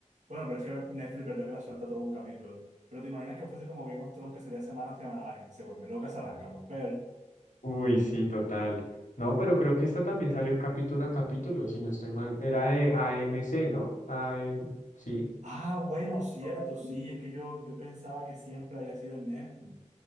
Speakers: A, on the right (about 70°); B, on the left (about 80°).
A: Bueno, pero es que Netflix, ¿verdad? Que la suelta todo un capítulo. Pero te imaginas que fuese como Game of Thrones que salía semana a semana, la gente se vuelve loca, se arrancan los pelos.
B: Uy, sí, total. No, pero creo que esta también salió capítulo a capítulo, si no estoy mal. Era de AMC, ¿no? AM, sí.
A: Ah, bueno, cierto, sí, es que yo, yo pensaba que siempre había sido en Netflix.